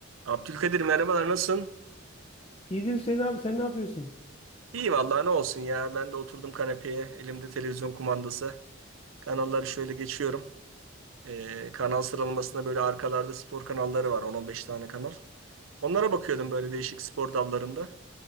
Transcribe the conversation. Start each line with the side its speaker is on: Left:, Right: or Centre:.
Right: Abdülkadir merhabalar nasılsın?
Left: İyidir Hüseyin abi sen ne yapıyorsun?
Right: İyi vallahi ne olsun ya. Ben de oturdum kanepeye. Elimde televizyon kumandası. Kanalları şöyle geçiyorum. Ee, kanal sıralamasında böyle arkalarda spor kanalları var. 10-15 tane kanal. Onlara bakıyordum böyle değişik spor dallarında.